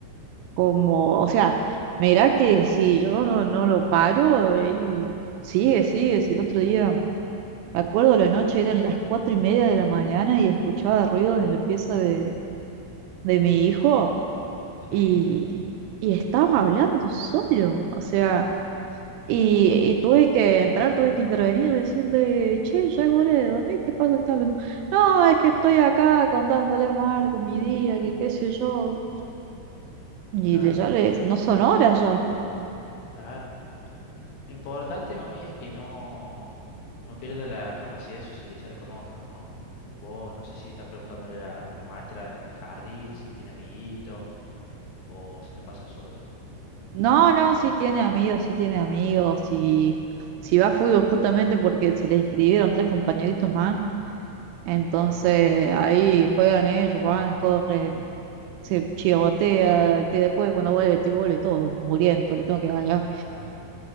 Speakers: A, on the right; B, on the left.
A: como, o sea, mirá que si yo no, no lo paro, él sigue, sigue, si el otro día, me acuerdo la noche, eran las cuatro y media de la mañana y escuchaba ruidos en la pieza de, de mi hijo
B: Sí,
A: y, y estaba hablando solo, o sea... Y, y tuve que entrar, tuve que intervenir, decir de, che, ya es hora de dormir, ¿qué pasa? ¿Qué tal? No, es que estoy acá contándole a Marco mi día, que qué sé yo. Y
B: claro,
A: le, ya le, no son horas ya.
B: claro. claro. Lo importante, mami, es que no, no pierda la capacidad de socializar con otros, ¿no? Vos, no sé si estás preguntándole a la, a la maestra en el jardín si tiene amiguitos o si la pasa solo.
A: No, no, sí tiene amigos, sí tiene amigos,
B: Ajá, bien,
A: si
B: bien.
A: si va a fútbol justamente porque se le inscribieron tres compañeritos más, entonces
B: Ah, bueno,
A: ahí juegan ellos, van, corren, se chigotea, te- después cuando vuelve, tipo, vuelve todo muriendo, le tengo que ganar
B: claro.